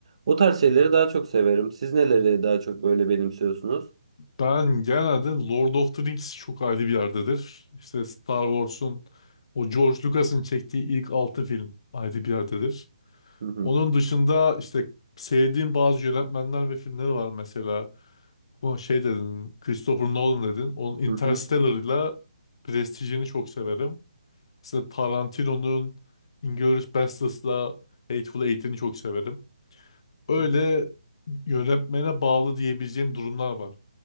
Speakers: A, on the right; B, on the left.
A: O tarz şeyleri daha çok severim. Siz neleri daha çok böyle benimsiyorsunuz?
B: Ben genelde Lord of the Rings çok ayrı bir yerdedir. İşte Star Wars'un o George Lucas'ın çektiği ilk 6 film ayrı bir yerdedir.
A: Hı hı.
B: Onun dışında işte sevdiğim bazı yönetmenler ve filmleri var mesela. Bu şey dedin, Christopher Nolan dedin. Onun Interstellar'la
A: Hı hı.
B: Prestige'ini çok severim. Mesela Tarantino'nun Inglourious Basterds'la Hateful Eight'ini çok severim. Öyle
A: Hı.
B: yönetmene bağlı diyebileceğim durumlar var.